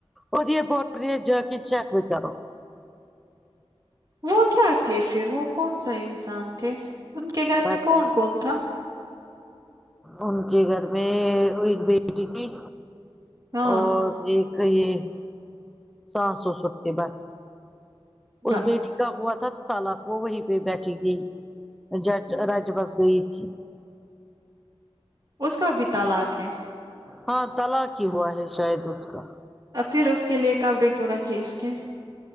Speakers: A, in the centre; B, on the right.
A: ارے باپ رے جاکے چیک بھی کرو
B: وہ کیا تھے پھر وہ کون سا انسان تھے ان کے گھر
A: پتا
B: میں کون کون تھا
A: ان کے گھر میں ایک بیٹی تھی
B: ہاں
A: اور ایک یہ ساتسو سوٹ کے بس اس
B: بس
A: بیٹی کا ہوا تھا تلاق وہ وہیں پہ بیٹھی تھی جج
B: ہم،
A: رج بس گئی تھی
B: اس کا بھی طلاق ہے
A: ہاں طلاق ہی ہوا ہے شاید اس کا
B: اب پھر اس کے لیے کپڑے کیوں رکھے اس کے